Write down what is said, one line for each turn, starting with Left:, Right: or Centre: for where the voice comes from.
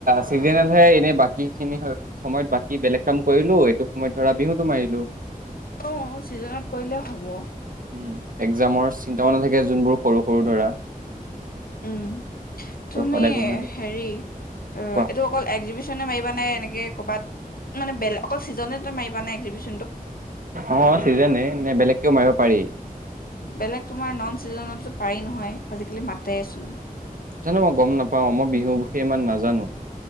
Right: চিজেনতহে এনেই বাকীখিনি সময়ত বাকী বেলেগ কাম কৰিলো এইটো সময়ত ধৰা বিহুটো মাৰিলো
Left: অ' ছিজনত কৰিলে হ'ব
Right: উম্ এক্জামৰ চিন্তা নাথাকে যোনবোৰ সৰু সৰু ধৰা
Left: উম তুমি
Right: ত সদায় কৰিব নালাগে
Left: হেৰি
Right: কোৱা
Left: এইটো অকল এক্জিবেশনে মাৰিবা নে এনেকে কৰ'বাত মানে বেলে অকল চিজনতে মাৰিবা নে এক্জিবেশন
Right: অ চিজনে নে বেলেগকেও মাৰিব পাৰি
Left: বেলেগ তোমাৰ নন চিজনতো পাৰি নহয় আজিকালি মাতেচোন
Right: জানো মই গম নাপাও মই বিহুৰ বিষয়ে ইমান নাজানো